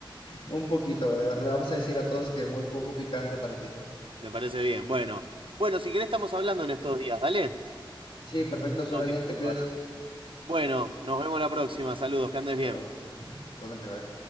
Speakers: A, on the left (about 75°); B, on the right (about 75°).
A: Un poquito. Le le vamos a decir a todos que muy poco picante para ti.
B: Me parece bien. Bueno, bueno, si querés estamos hablando en estos días, dale.
A: Sí, perfecto, suena
B: Tengo que
A: bien,
B: ir
A: te cuidas.
B: ahora. Bueno, nos vemos la próxima. Saludos, que andes
A: Hasta
B: bien.
A: luego. Igualmente, bye.